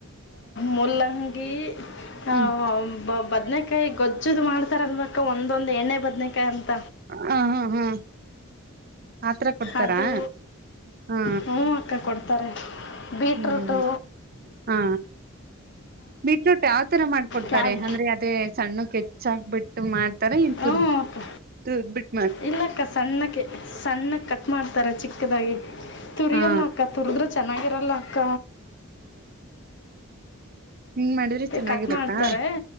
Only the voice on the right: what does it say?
ಹ್ಮ್
ಹ ಹಾ ಹಾ ಆತರ ಕೊಡ್ತಾರಾ
ಹಾ
ಹ್ಮ್ ಹಾ. ಬಿಟ್ರೂಟ ಯಾವ ತರ ಮಾಡ್ಕೊಡ್ತಾರೆ
ಅಂದ್ರೆ ಅದೇ ಸನ್ ಸಣ್ಣಗ ಕೆಚ್ಚಾಕ್ ಬಿಟ್ಟು ಮಾಡ್ತಾರ ಇನ್
ತುರ್
ತರ್ಬಟ್ಟ.
ಹಾ
ಹಂಗ ಮಾಡಿದ್ರಿ ಚೆನ್ನಾಗಿರತ್ತಾ